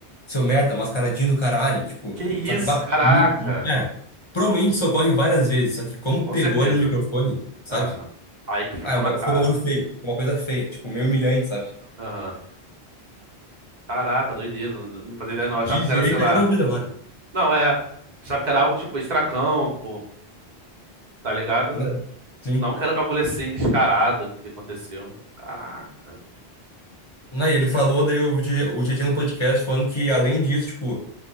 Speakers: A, on the left; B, on the right.
A: seu merda, mascaradinho do caralho, tipo,
B: Que isso,
A: só que, bah,
B: caraca!
A: mil- é, provavelmente socorre várias vezes, só que como
B: Com
A: pegou
B: certeza.
A: ele no microfone, sabe?
B: Aham. Aí que ficou
A: Ah, é um
B: na
A: ba-
B: cara.
A: ficou um bagulho feio, uma coisa feia, tipo, meio humilhante, sabe?
B: Aham. Caraca, doideira. Não não fazia ideia, não.
A: Diz
B: Eu achava que era,
A: ele
B: sei
A: e tá
B: lá.
A: resolvido agora.
B: Não, é. Achava que era algo tipo extracampo, tá ligado?
A: Na- Sim.
B: Não que era um bagulho assim descarado que aconteceu. Caraca.
A: Não, e ele
B: Sinistro.
A: falou, daí o Tietchan no podcast falando que além disso, tipo,